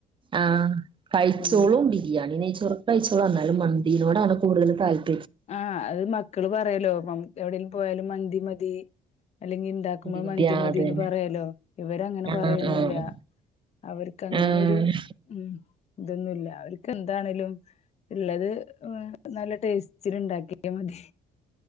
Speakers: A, on the right; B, on the left.
A: ആഹ കഴ്ച്ചോളും
B: ഉം
A: ബിരിയാണിനെയ്ച്ചോ ർ.. കഴിച്ചോളും എന്നാലും മന്തിതിനോടാണ് കൂടുത താൽപ..
B: ആഹ അത് മക്കള് പറയലോ എവിടെേങ്കിലും പോയാലും മന്തി മതി.. അല്ലെങ്കി ഇണ്ടാക്കുമ്പോൾ
A: മ
B: മന്തി
A: ആഹ്
B: മതിന്ന്
A: അതന്നെ
B: പറയാലോ ഇവര അങ്ങനെ
A: ആഹ്
B: പറയൊന്നൊല്ല... അവർക്ക് അങ്ങനെരു
A: ആഹ്
B: ഉം... ഇതൊന്നുല്ല അവർക്ക് എന്താണേലും ഉള്ളത് നല്ല ടേസ്റ്റ്.. ഇച്ചിരിണ്ടാക്കിയ മതി...